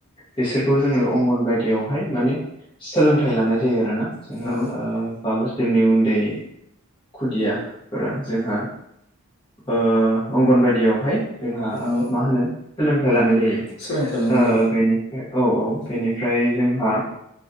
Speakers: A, on the left; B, on the left.
A: बिसोरखौ जोङो। अंगनबादियावहाय माने सोलोंथाइ लानाय जायो आरोना जोंहा
B: औ
A: ओ। जोंनि उन्दै खुदियाफोरा जोंहा। ओ अंगन बायदियावहाय जोंहा
B: औ
A: मा होनो सोलोंथाइ लानाय। ओ
B: सोलोंथाइ लानाय जायो
A: बेनिफ्राय औ औ बेनिफ्राय जोंहा।